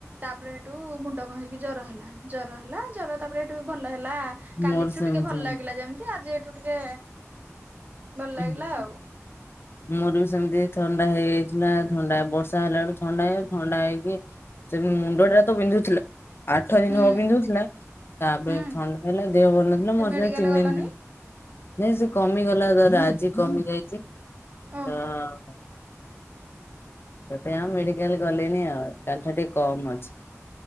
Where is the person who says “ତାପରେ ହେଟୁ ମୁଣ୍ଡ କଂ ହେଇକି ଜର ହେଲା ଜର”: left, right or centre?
Right